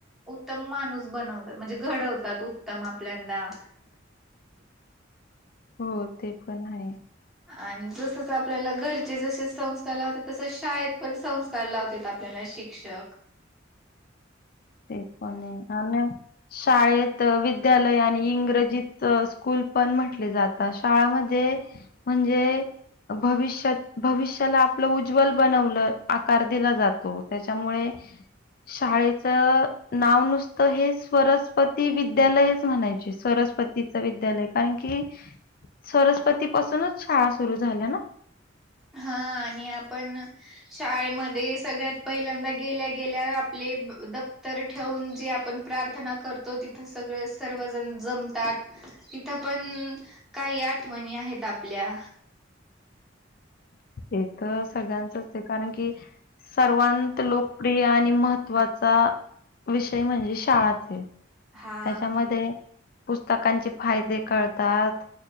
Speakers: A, in the centre; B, on the left (about 50°).
A: उत्तम माणूस बनवतात म्हणजे घडवतात उत्तम आपल्याला
B: हो ते पण आहे
A: आणि जसच आपल्याला घरचे जसे संस्कार लावतेत तसच शाळेत पण संस्कार लावतेत आपल्याला शिक शिक्षक.
B: ते पणे आणि शाळेत विद्यालय आणि इंग्रजीत स्कूल पण म्हटले जात, शाळामध्ये म्हणजे भविष्यात, भविष्याला आपलं उज्ज्वल बनवलं, आकार दिला जातो त्याच्यामुळे शाळेत नाव नुसतं हे स्वरसपती विद्यालयच म्हणायचे, स्वरसपती विद्यालय कारण की सरसपती पासूनच शाळा सुरू झाल्या ना?
A: हा आणि आपण शाळेमध्ये सगळ्यात पहिल्यांदा गेल्या-गेल्या आपले दप्तर ठेवून, जे आपण प्रार्थना करतो तिथं सगळे सर्वजण जमतात. तिथं पण काही आठवणी आहेत आपल्या.
B: हे तर सगळ्यांचच हे कारण की सर्ववंत लोकप्रिय आणि महत्त्वाचा विषय म्हणजे शाळाच हे.
A: हा
B: त्याच्यामध्ये, पुस्तकांचे फायदे कळतात.